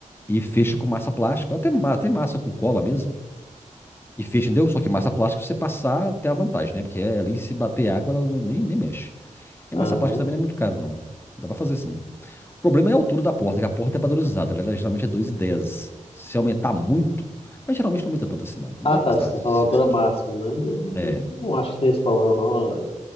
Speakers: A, on the left; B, on the left.
A: e fecham com massa plástica, até, ma- até massa com cola mesmo. E fecha, entendeu? Só que massa plástica você passar tem a vantagem, né? Porque é, ali se bater água, ela não- nem, nem mexe. E
B: Aham.
A: massa plástica também não é muito caro, não. Dá pra fazer sim. O problema é a altura da porta, que a porta é padronizada. Ela é geralmente é dois e dez Se aumentar muito, mas geralmente não aumenta tanto assim, não. Não
B: Ah,
A: vai
B: tá.
A: passar
B: Você está
A: de
B: falando
A: 5
B: a altura
A: centímetros.
B: máxima, né? Eu
A: É,
B: não acho que tem esse problema, não.